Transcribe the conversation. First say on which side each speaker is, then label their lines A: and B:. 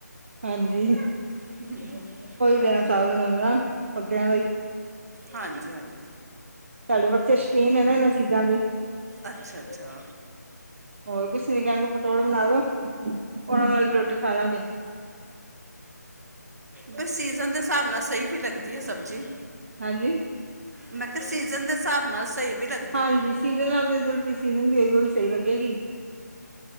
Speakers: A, on the right; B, on the right.
A: ਹਾਂਜੀ।
B: ਹੂੰ।
A: ਵਿਆਹ ਸਾਹਿਬ ਦੇ ਨਾਲ, ਸਕਿਆਂ ਦਾ ਹੀ
B: ਹਾਂਜੀ-ਹਾਂਜੀ।
A: ਸਾਡੇ ਬੱਚੇ ਸ਼ੌਕੀਨ ਹੈ ਨਾ ਇਹਨਾਂ ਚੀਜ਼ਾਂ ਦੇ।
B: ਅੱਛਾ-ਅੱਛਾ।
A: ਹੋਰ ਕੁਛ ਨੀ ਕਹਿਣ ਗੇ ਪਤੋੜ ਬਣਾਦੋ ਉਹਨਾਂ ਨਾਲ ਹੀ ਰੋਟੀ ਖਾ ਲਾਂਗੇ।
B: ਬਸ ਸੀਜਨ ਦੇ ਹਿਸਾਬ ਨਾਲ ਸਹੀ ਵੀ ਲੱਗਦੀ ਹੈ ਸਬਜ਼ੀ।
A: ਹਾਂਜੀ।
B: ਮੈਂ ਕਿਹਾ ਸੀਜਨ ਦੇ ਹਿਸਾਬ ਨਾਲ ਸਹੀ ਵੀ ਲੱਗ
A: ਹਾਂਜੀ, ਸੀਜ਼ਨ ਨਾਲ ਦੇ ਜਿਹੜੀ ਚੀਜ਼ ਸੀਜ਼ਨ ਦੀ ਹੋਇਗੀ ਉਹ ਹੀ ਸਹੀ ਲੱਗੇਗੀ।